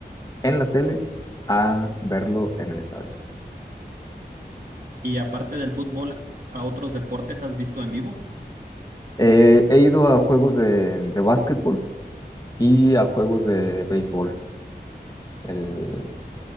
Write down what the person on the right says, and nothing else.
Y aparte del fútbol, ¿a otros deportes has visto en vivo?